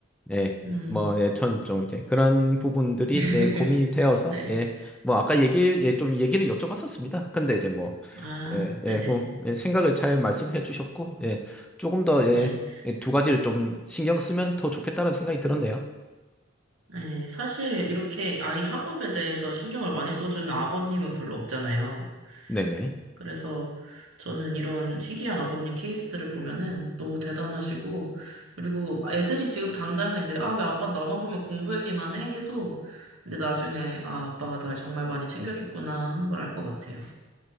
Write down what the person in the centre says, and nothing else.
예,
뭐, 예, 전 좀 이제 그런 부분들이
예, 고민이 되어서
예, 뭐 아까 얘기
예, 좀 얘기를 여쭤봤었습니다. 근데 이제 뭐
예,
예, 그, 예, 생각을 잘 말씀해 주셨고 예, 조금 더 예,
예, 두 가지를 좀 신경 쓰면 더 좋겠다는 생각이 들었네요.
네네.